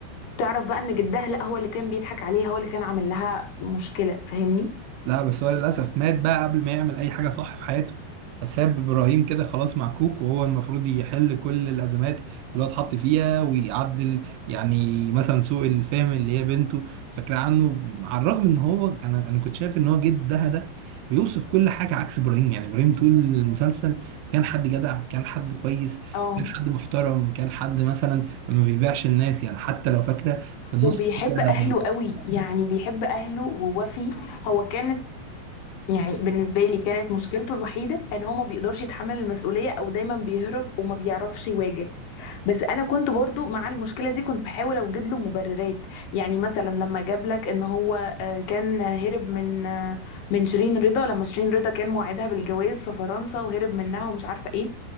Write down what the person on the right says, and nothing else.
لا بس هو للأسف مات بقى قبل ما يعمل أي حاجة صح في حياته فساب إبراهيم كده خلاص معكوك وهو المفروض يحل كل الأزمات اللي هو اتحط فيها ويعدل يعني مثلا سوء الفهم اللي هي بنته فاكرة عنه على الرغم إن هو أنا أنا كنت شايف إن هو جدها ده بيوصف كل حاجة عكس إبراهيم يعني إبراهيم طول المسلسل كان حد جدع كان حد كويس
كان حد محترم كان حد مثلا ما بيبيعش الناس يعني حتى لو فاكرة في النص
كده